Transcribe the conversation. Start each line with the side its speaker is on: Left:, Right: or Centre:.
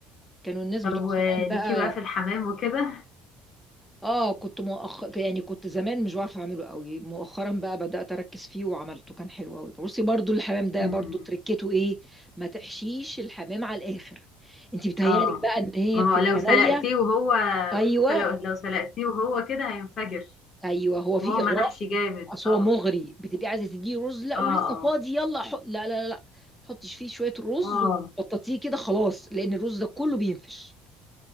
Centre: كانوا الناس
Left: طب
Centre: بتوع
Left: وليكي
Centre: زمان بقى
Left: بقى في الحمام وكده
Centre: اه كنت مؤخ... يعني كنت زمان مش بعرف اعمله قوي مؤخرا بقى بدأت اركز فيه وعملته كان حلو قوي بصي برضو الحمام ده
Left: امم
Centre: برضو تركته ايه ما تحشيش الحمام على الاخر انت بتهيألك
Left: اه
Centre: بقى ان هي
Left: ما
Centre: بتبقى
Left: هو لو سلقتيه
Centre: نية
Left: وهو
Centre: ايوه
Left: سلق لو سلقتيه وهو كده هينفجر
Centre: ايوه هو في
Left: وهو محشي
Centre: اغراء
Left: جامد
Centre: اصل
Left: اه
Centre: هو مغري بتبقي عايزه تديه رز لا
Left: اه
Centre: ولسه
Left: اه
Centre: فاضي يلا حط لا لا لا لا حطش فيه شويه رز
Left: اه
Centre: وبططيه كده خلاص لان الرز ده كله بينفش